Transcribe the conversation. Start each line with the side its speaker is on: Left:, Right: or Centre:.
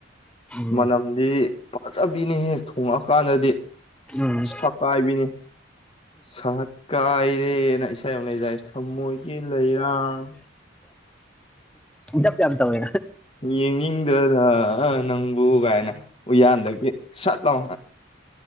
Centre: ꯎꯝ
Left: ꯃꯅꯝꯗꯤ ꯐꯖꯕ ꯄꯤꯅꯤꯍꯦ ꯊꯣꯡꯉꯛꯑꯀꯥꯟꯗꯗꯤ
Centre: ꯎꯝ
Left: ꯁꯛ ꯍꯥꯏꯕꯤꯅꯦ ꯁꯥꯠ ꯀꯥꯏꯔꯦꯅ ꯏꯁꯩ ꯑꯃ ꯂꯩꯗꯥꯏꯅꯦ ꯊꯃꯣꯏꯒꯤ ꯂꯩꯔꯥꯡ
Centre: ꯙꯄ ꯌꯥꯝ ꯇꯧꯋꯦ
Left: ꯌꯦꯡꯅꯤꯡꯗꯔ ꯅꯪꯕꯨ ꯀꯥꯏꯅ ꯎꯌꯥꯟꯗꯒꯤ ꯁꯠ ꯂꯥꯎ